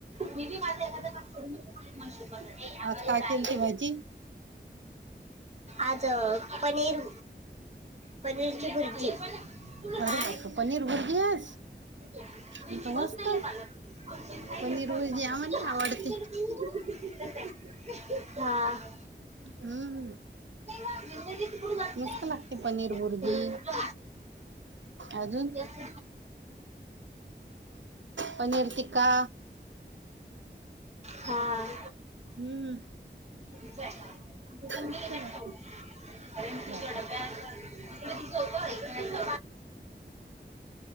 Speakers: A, on the right; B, on the right.
A: मी माझं एखादं काम सोडून देऊ पण मला शिकवायसाठी. आम्हाला
B: आज काय
A: जाते
B: केलती भाजी?
A: आज पनीर पनीर ची बुर्जी. तुला
B: अरे बाप पनीर भुर्जी आज
A: <unintelligible>
B: तर
A: जिवच
B: मस्त
A: नाहीये पालक <unintelligible>
B: पनीर भुर्जी आम्हाला आवडते.
A: हा
B: हम्म
A: <unintelligible> पुढे जात
B: मस्त
A: नाही.
B: लागते पनीर
A: जो
B: बुर्जी अजून
A: णज
B: पनीर टिक्का
A: हा
B: हम्म,
A: त मी घेतात
B: मस्त लागते
A: पाऽ अर त
B: भाज्या.
A: न्या त दिस होतो ऐऽऽ